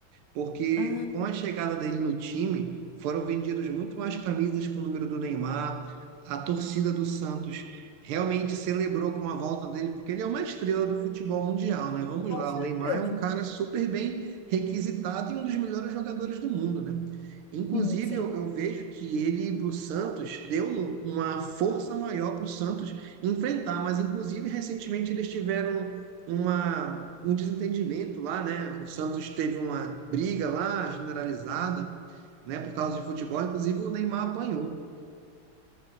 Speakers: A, on the right; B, on the left.
A: porque
B: Ah,
A: com a chegada dele no time, foram vendidos muito mais camisas com o número do Neymar, a torcida do Santos realmente celebrou com a volta dele, porque ele é uma estrela do futebol mundial, né? Vamos
B: com
A: lá,
B: certeza.
A: o Neymar é um cara super bem requisitado e um dos melhores jogadores do mundo, né? Inclusive,
B: Sim, sim.
A: eu, eu vejo que ele para o Santos deu uma força maior para o Santos enfrentar, mas inclusive recentemente eles tiveram uma, um desentendimento lá, né? O Santos teve uma briga lá generalizada, né? Por causa de futebol, inclusive o Neymar apanhou.